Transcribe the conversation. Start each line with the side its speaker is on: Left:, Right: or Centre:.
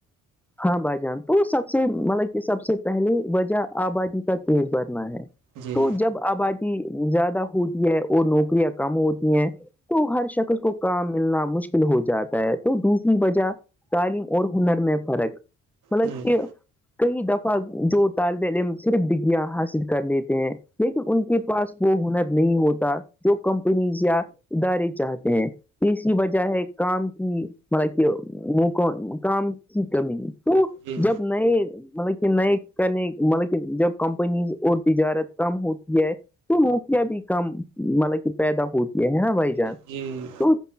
Centre: ہاں بھائی جان تو سب سے مطلب کہ سب سے پہلے وجہ آبادی کا تیز بھنا ہے
Right: جی
Centre: تو جب آبادی زیادہ ہوتی ہے اور نوکریاں کم ہوتی ہیں تو ہر شخص اس کو کام ملنا مشکل ہو جاتا ہے تو دوسری وجہ تعلیم اور ہنر میں فرق مطلب
Right: جی
Centre: کہ کئی دفہ جو طالب علم صرف ڈگیا حاصل کر لیتے ہیں لیکن ان کے پاس وہ ہنر نہیں ہوتا جو کمپنیز یا ادارے چاہتے ہیں اس کی وجہ ہے کام کی مطلب کہ کام کی کمی تو
Right: جی
Centre: جب نئے مطلب کہ نئے کرنے مطلب کہ جب کمپنی اور تجارت کم ہوتی ہے تو مکیا بھی کم مطلب کہ پیدا ہوتی یہ ہے نا بھائی جان
Right: جی جی
Centre: تو